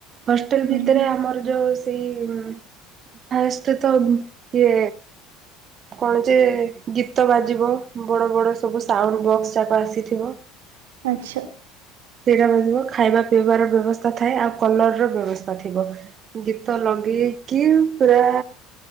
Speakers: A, on the right; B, on the right.
A: ହଷ୍ଟେଲ
B: ହୁଁ
A: ଭିତରେ
B: ହୁଁ
A: ଆମର ଯୋଉ। ସେଇ ଫାଷ୍ଟ ତ ଇଏ କଣ ଯେ ଗୀତ ବାଜିବ ବଡ ବଡ ସୁବୁ ସାଉଣ୍ଡ ବକ୍ସ ଯାକ ଆସିଥିବ।
B: ଆଚ୍ଛା।
A: ସେଇଟା ମିଳିଯିବ ଖାଇବା ପିଇବାର ବ୍ୟବସ୍ଥା ଥାଏ ଆଉ କଲର ର ବ୍ୟବସ୍ଥା ଥିବ ଗୀତ ଲଗେଇକି ପୁରା